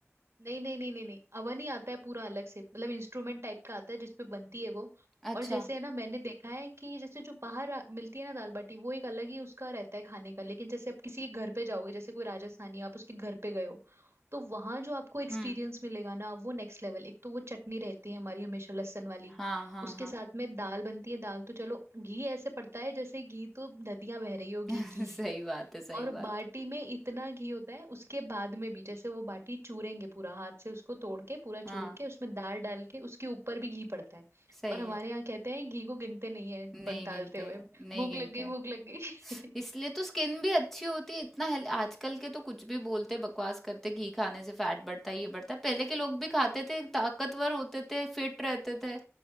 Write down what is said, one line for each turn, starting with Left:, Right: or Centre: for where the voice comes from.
Right: नहीं नहीं नहीं नहीं नहीं अवन ही आता है पूरा अलग से मतलब इंस्ट्रूमेंट टाइप का आता है जिसपे बनती है वो
Centre: अच्छा
Right: और जैसे है ना मैंने देखा है कि जैसे जो बाहर आ- मिलती है ना दाल बाटी वो एक अलग ही उसका रहता है खाने का लेकिन जैसे आप किसी के घर पे जाओगे जैसे कोई राजस्थानी आप उसके घर पे गए हो तो वहां जो आपको एक्सपीरियंस
Centre: हम्म
Right: मिलेगा ना वो नेक्स्ट लेवल एक तो वो चटनी रहती है हमारी हमेशा लहसुन वाली
Centre: हाँ हाँ
Right: उसके
Centre: हाँ
Right: साथ में दाल बनती है दाल तो चलो घी ऐसे पड़ता है जैसे घी तो नदियां बह रही हो घी
Centre: <laughs>
Right: की
Centre: सही बात है सही
Right: और
Centre: बात
Right: बाटी में इतना घी होता है उसके बाद में भी जैसे वो बाटी चूरेंगे पूरा हाथ से उसको तोड़ के पूरा
Centre: हाँ
Right: चूर के उसमें दाल डाल के उसके ऊपर भी घी पड़ता है
Centre: सही
Right: और हमारे
Centre: है
Right: यहाँ कहते हैं घी को गिनते नहीं है
Centre: नहीं
Right: पर डालते
Centre: गिनते
Right: हुए
Centre: नहीं
Right: भूख
Centre: गिनते
Right: लग गई भूख लग गई
Centre: इसलिए तो स्किन भी अच्छी होती है इतना हेल आजकल के तो कुछ भी बोलते बकवास करते घी खाने से फैट बढ़ता है ये बढ़ता है पहले के लोग भी खाते थे ताकतवर होते थे फिट रहते थे